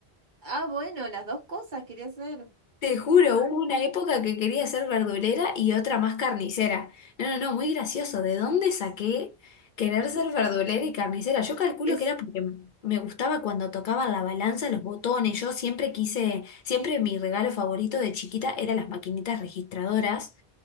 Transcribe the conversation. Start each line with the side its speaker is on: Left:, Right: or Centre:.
Right: Ah, bueno, las dos cosas quería hacer.
Left: Te juro, hubo una época que quería ser verdulera y otra más carnicera. No, no, no, muy gracioso. ¿De dónde saqué querer ser verdulera y carnicera? Yo calculo
Right: Es,
Left: que era porque m- me gustaba cuando tocaban la balanza, los botones. Yo siempre quise, siempre mi regalo favorito de chiquita era las maquinitas registradoras.